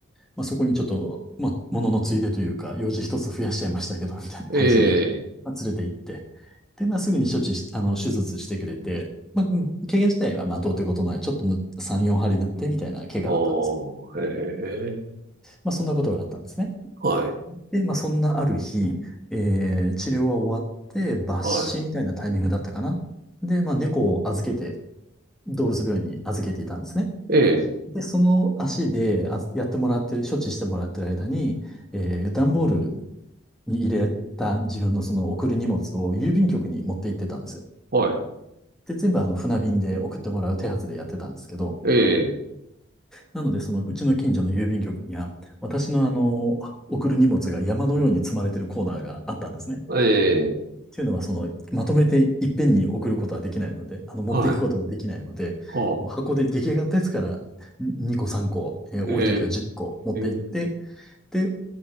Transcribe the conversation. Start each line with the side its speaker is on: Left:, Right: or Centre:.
Centre: まあ、そこにちょっと、まあ、もののついでというか、用事一つ増やしちゃいましたけど、みたいな感じで、
Right: ええ、
Centre: まあ、連れて行って、で、まあ、すぐに処置し、あの、手術してくれて、まあ、うん怪我自体はまあ、どうってことない、ちょっとぬ3、4針塗ってみたいな怪我だったんです。
Right: ああ、ええ、
Centre: まあ、そんなことがあったんですね。
Right: はい、
Centre: で、まあ、そんなある日、えー治療は終わって、抜歯みたいなタイミングだったかな。
Right: はい。
Centre: で、まあ、猫を預けて、動物病院に預けていたんですね。
Right: ええ、
Centre: で、その足であやってもらってる、処置してもらってる間に、えー段ボールに入れた自分のその送る荷物を郵便局に持って行ってたんです。
Right: はい、
Centre: で、全部あの船便で送ってもらう手はずでやってたんですけど、
Right: ええ、
Centre: なので、そのうちの近所の郵便局には、私のあの、送る荷物が山のように積まれてるコーナーがあったんですね。
Right: ええ、
Centre: っていうのは、その、まとめていっぺんに送ることはできないので、あの、持っていくことができないので、
Right: はい、ああ、
Centre: もう箱で出来上がったやつから2個3個、えー多い時は10個持っていって、
Right: ええ、
Centre: で、